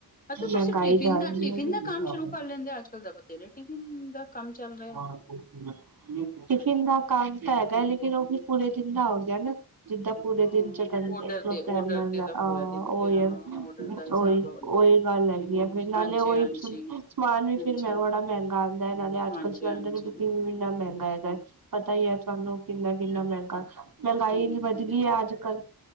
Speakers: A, on the left; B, on the right.
A: ਅ ਤਾ ਤੁਸੀਂ
B: ਮਹਿੰਗਾਈ
A: ਟਿਫਿਨ
B: ਜਾ
A: ਦਾ
B: ਰਹੀ
A: ਟਿਫਿਨ ਦਾ ਕੰਮ
B: ਹੈ
A: ਸ਼ੁਰੂ ਕਰ ਲੈਂਦੇ ਅੱਜ-ਕੱਲ ਦਾ ਬਥੇਰੇ। ਟਿਫਿਨ ਦਾ ਕੰਮ ਚੱਲ ਰੇਆ।
B: <inaudible> ਟਿਫਿਨ ਦਾ ਕਾੰਮ ਤਾ ਹੈਗਾ ਲੇਕਿਨ ਓ ਵੀ ਪੂਰੇ ਦਿਨ ਦਾ ਹੋਗੇਆ ਨਾ ਜਿੱਦਾਂ। ਪੂਰੇ
A: ਹਾਂ
B: ਦਿਨ ਚ ਘੰਟੇ
A: ਔਡਰ
B: ਖਲੋਤਾ
A: ਤੇ ਔਡਰ
B: ਨੀ ਜਾਂਦਾ
A: ਤੇ ਤਾਂ
B: ਆ
A: ਪੂਰਾ ਦਿਨ
B: ਓਈਓ।
A: ਫਿਰ ਹਾਂ ਔਡਰ ਦਾ ਹਿਸਾਬ
B: ਓਈ
A: ਆਉਂਦਾ।
B: ਓਈ ਗਾੱਲ ਹੈਗੀ ਏ ਫੇਰ ਨਾਲੇ
A: ਹਾਂਜੀ-ਹਾਂਜੀ,
B: ਓਈ, ਸਮਾਨ ਵੀ ਫੇਰ
A: ਹਾਂਜੀ।
B: ਮੈਂਗੋੜਾ ਮ ਗਾ ਆਂਦਾ ਨਾਲੇ ਅੱਜ-ਕੱਲ
A: ਹਾਂਜੀ-ਹਾਂਜੀ
B: ਸਲੇਂਡਰ ਬੁਕਿੰਗ ਵੀ ਇਨਾ ਮੈਂਗਾ ਹੈਗਾ ਪਤਾ ਈ ਐ‌ ਤੁਆਨੂੰ ਕਿ ਕਿਨਾ ਮੈਂਗਾ। ਮੈਂਗਾਈ
A: ਹਾਂਜੀ।
B: ਇਨੀ ਵੱਧ ਗਈ ਐ ਅੱਜ-ਕੱਲ।